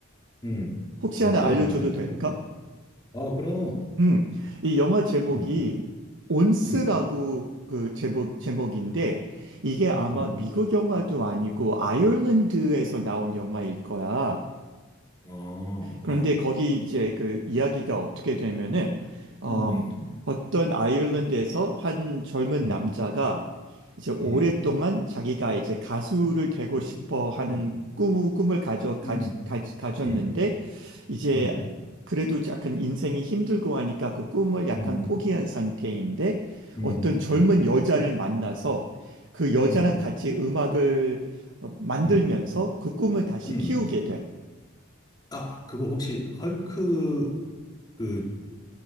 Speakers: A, on the left (about 20°); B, on the right (about 60°).
A: 음,
B: 혹시
A: 아,
B: 하나
A: 어떤
B: 알려줘도
A: 영화든?
B: 될까?
A: 어, 그럼,
B: 음, 이 영화 제목이
A: 음,
B: 온스라고
A: 음,
B: 그 제목, 제목인데, 이게 아마
A: 음,
B: 미국 영화도 아니고, 아일랜드에서 나온 영화일 거야.
A: 어,
B: 그런데
A: 어,
B: 거기 이제 그 이야기가 어떻게 되면은 어,
A: 음,
B: 어떤 아일랜드에서 한 젊은
A: 음,
B: 남자가 이제 오랫동안
A: 음,
B: 자기가 이제 가수를 되고
A: 음,
B: 싶어 하는
A: 음,
B: 꿈, 꿈을 가져, 가,
A: 음,
B: 가, 가졌는데
A: 음,
B: 이제
A: 음,
B: 그래도 약간 인생이 힘들고 하니까 그 꿈을 약간
A: 음, 음, 음,
B: 포기한 상태인데
A: 음,
B: 어떤 젊은 여자를 만나서 그 여자랑
A: 음, 음,
B: 같이 음악을 어, 만들면서
A: 음.
B: 그 꿈을 다시
A: 음.
B: 키우게 돼.
A: 아, 그거 혹시 헐크, 그,